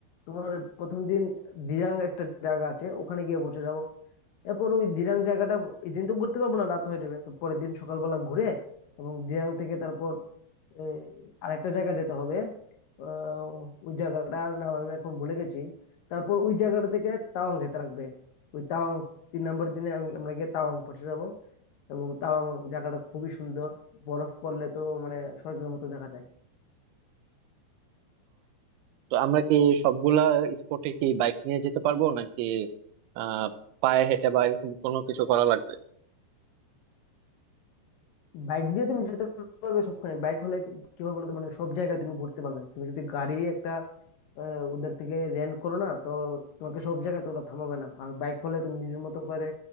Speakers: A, on the left; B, on the right.
A: তোমার প্রথম দিন দিরাং একটা জায়গা আছে ওখানে গিয়ে পৌঁছে যাবো এরপর ওই দিরাং জায়গাটা এই দিন তো ঘুরতে পারবো না রাত হয়ে যাবে তো পরের দিন সকালবেলা ঘুরে এবং দিরাং থেকে তারপর এই আরেকটা জায়গা যেতে হবে আহ, ওই জায়গাটার নাম আমি এখন ভুলে গেছি তারপর ওই জায়গাটা থেকে তাওয়াং যেতে লাগবে ওই তাওয়াং তিন নম্বর দিনে আমি আমরা গিয়ে তাওয়াং পৌঁছে যাব এবং তাওয়াং জায়গাটা খুবই সুন্দর বরফ পড়লে তো মানে স্বর্গের মতো দেখা যায়
B: তো আমরা কি সবগুলা স্পটে কি বাইক নিয়ে যেতে পারবো নাকি আহ পায়ে হেঁটে বা এরকম কোনো কিছু করা লাগবে
A: বাইক দিয়ে তুমি যেতে পারবে সবখানে বাইক হলে কি হবে বলতো মানে সব জায়গায় তুমি ঘুরতে পারবে তুমি যদি গাড়ি একটা আহ, ওদের থেকে রেন্ট করো না তো তোমাকে সব জায়গায় তো ওরা থামাবে না আর বাইক হলে তুমি নিজের মতো করে